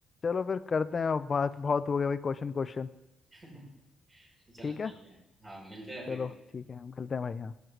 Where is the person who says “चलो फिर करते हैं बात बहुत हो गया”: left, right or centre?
Left